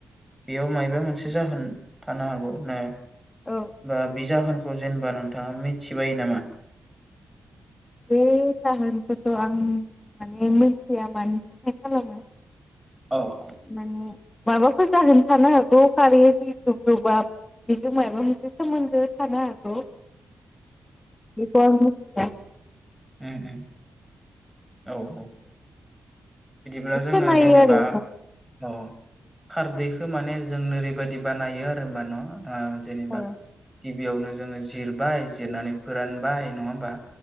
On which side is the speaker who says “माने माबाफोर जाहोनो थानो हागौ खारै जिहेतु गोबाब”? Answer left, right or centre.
Left